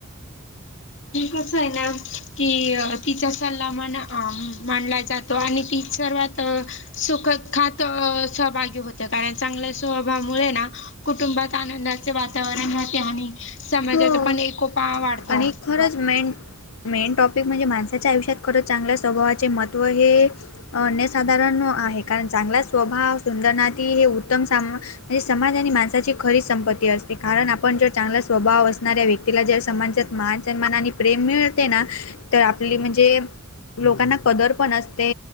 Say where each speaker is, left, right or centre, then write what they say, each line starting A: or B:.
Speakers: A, on the left; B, on the left.
A: कसंय ना की तिचा सल्ला म्हना मानला जातो आणि ती सर्वात सुखत खात सहभागी होते कारण चांगल्या स्वभावामुळे ना कुटुंबात आनंदाचे वातावरण राहते आणि समाजाचा
B: हो
A: पण एकोपा वाढतो
B: आणि खरंच मेन, मेन टॉपिक म्हणजे माणसाच्या आयुष्यात खरंच चांगल्या स्वभावाचे महत्व हे अन्यसाधारण आहे कारण चांगला स्वभाव, सुंदर नाती, हे उत्तम साम म्हणजे समाज आणि माणसाची खरीच संपत्ती असते कारण आपण जर चांगला स्वभाव असणाऱ्या व्यक्तीला जर समाजात मानसन्मान आणि प्रेम मिळते ना तर आपली म्हणजे लोकांना कदर पण असते